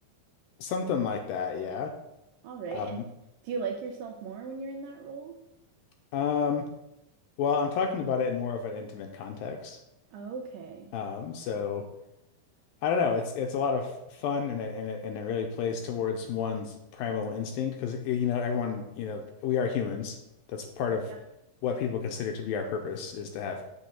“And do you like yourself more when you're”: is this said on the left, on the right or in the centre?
Right